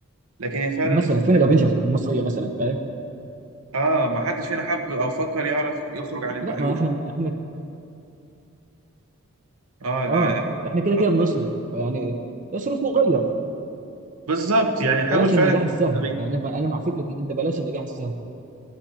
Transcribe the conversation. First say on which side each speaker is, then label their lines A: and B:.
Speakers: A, on the right (about 80°); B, on the right (about 35°).
A: لكن هي فعلا
B: مثلا
A: الفكره
B: فين الافنجرز المصريه مثلا فاهم
A: اه ما حدش فينا حب او فكر يعرف يخرج عن المألوف
B: لا ما احنا احنا
A: اه
B: اه
A: لا
B: احنا كده كده
A: بطلنا
B: بنصرف فيعني اصرف وغير
A: بالظبط يعني حاول
B: بلاش
A: فعلا
B: النجاح
A: تعمل
B: السهل
A: تغيير
B: يعني انا ب- انا مع فكره ان انت بلاش النجاح السهل